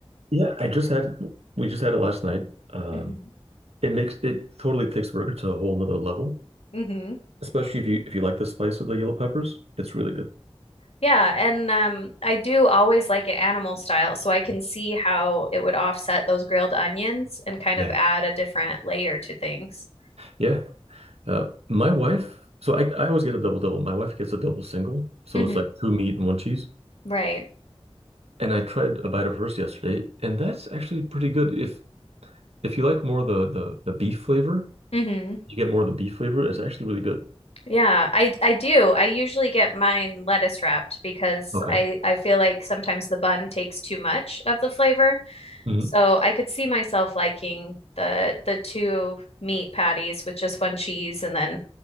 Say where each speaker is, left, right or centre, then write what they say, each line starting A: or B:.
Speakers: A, on the right; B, on the left.
A: Yeah, I just had we just had it last night. Um,
B: hmm
A: it makes it totally takes the burger to a whole nother level,
B: hmm
A: especially if you if you like the spice of the yellow peppers. It's really good.
B: Yeah, and um, I do always like it animal style, so I can see how it would offset those grilled onions and kind
A: Yeah.
B: of add a different layer to things.
A: Yeah. Uh, my wife, so I, I always get a double double. My wife gets a double single, so
B: hmm
A: it's like two meat and one cheese.
B: Right.
A: And I tried a bite of hers yesterday, and that's actually pretty good. If if you like more the the the beef flavor,
B: hmm
A: You get more of the beef flavor. It's actually really good.
B: Yeah, I I do. I usually get mine lettuce wrapped because
A: Okay.
B: I I feel like sometimes the bun takes too much of the flavor.
A: hmm
B: So I could see myself liking the the two meat patties with just one cheese and then